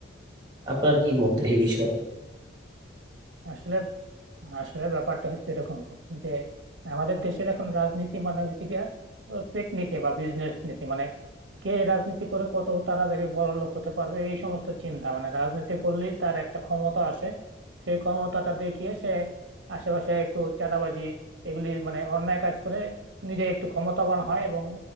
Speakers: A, on the right; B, on the right.
A: আপনার কি মত এই বিষয়ে
B: আসলে আসলে ব্যাপারটা হচ্ছে এরকম যে আমাদের দেশের এখন রাজনীতি মানে হয়েছে গিয়া ও পেট নীতি বা বিজনেস নীতি মানে কে রাজনীতি করে কত তাড়াতাড়ি বড় লোক হতে পারবে এই সমস্ত চিন্তা মানে রাজনীতি করলেই তার একটা ক্ষমতা আসে সেই ক্ষমতাটা দেখিয়ে সে আশেপাশে একটু চাঁদাবাজি এগুলি মানে অন্যায় কাজ করে নিজে একটু ক্ষমতাবান হয় এবং